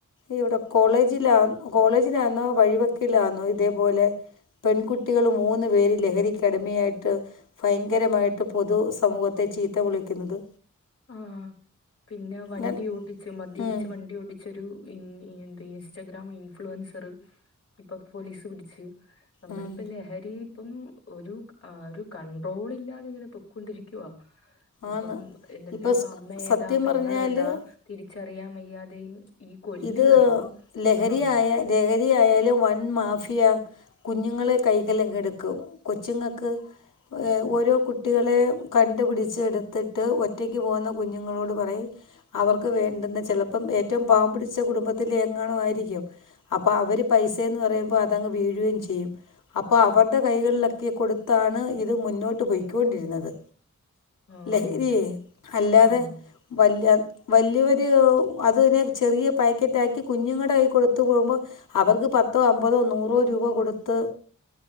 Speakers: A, on the left (about 85°); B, on the left (about 50°).
A: ഇവിടെ കോളേജിലാ കോളേജിലാന്നോ വഴിവെക്കിലാന്നോ ഇതേപോലെ.. പെൺകുട്ടികൾ മൂന്ന് പേര് ലഹരിക്കടിമയായിട്ട്. ഭയങ്കരമായിട്ട് പൊതു സമൂഹത്തെ ചീത്ത വിളിക്കുന്നത്.
B: ആഹ് പിന്നെ വണ്ടിഓടിച്ചു
A: ഞാൻ
B: മദ്യപിച്ച്
A: ഉം
B: വണ്ടി ഓടിച്ചോരു.. ഈ എന്ത് ഇൻസ്റ്റഗ്രാം ഇൻഫ്ലുവൻസർ ഇപ്പൊ പോലീസ് പിടിച്ച്.. നമ്മളിപ്പ
A: ഉം
B: ലഹരി.. ഇപ്പം ഒരു ആഹ് ഒരു കൺണ്ട്രോൾ ഇല്ലാതിങ്ങനെ പൊക്കൊണ്ടിരിക്കവാ ഇപ്പം..
A: ആന്ന്
B: എന്നിട്ട്
A: ഇപ്പം
B: ഇപ്പ അമ്മഏതാ
A: സത്യം
B: പെങ്ങളേതാ
A: പറഞ്ഞാൽ
B: തിരിച്ചറിയാൻ വയ്യാതെയും.. ഈ കൊല്ലുക
A: ഇത്
B: ഇപ്പം
A: ലഹരിയായ
B: ആഹ്
A: ലഹരിയായാലും വന് മാഫിയ കുഞ്ഞുങ്ങളെ കൈക്കല്ലങ്ങ് എടുക്കും കൊച്ചുങ്ങക്ക്.. ഓരോ കുട്ടികളെ കണ്ടുപിടിച്ച് എടുത്തിട്ട് ഒറ്റക്ക് പോകുന്ന കുഞ്ഞുങ്ങളോട് പറയും, അവർക്ക് വേണ്ടുന്ന ച്ചെലപ്പം ഏറ്റവും പാവം പിടിച്ച പിടിച്ച കുടുംബത്തിലെ എങ്ങാണും ആയിരിക്കും അപ്പൊ അവര് പൈസയന്ന് പറയുമ്പോ അതങ്ങ് വീഴുകയും ചെയ്യും, അപ്പൊ അവരുടെ കൈകളിലൊക്കെ കൊടുത്താണ് ഇത് മുന്നോട്ട് പോയിക്കൊണ്ടിരുന്നത്
B: ആഹ്
A: ലഹരിയെ അല്ലാതെ..
B: ആഹ്
A: വല്യ വലിയവര് അത് പിന്നെ ചെറിയ.. പാക്കറ്റ ആക്കി കുഞ്ഞുങ്ങളുടെ കൈയി കൊടുത്തു പോകുമ്പോ. അവർക്ക് പത്തോ അമ്പതോ നൂറോ രൂപ കൊടുത്ത്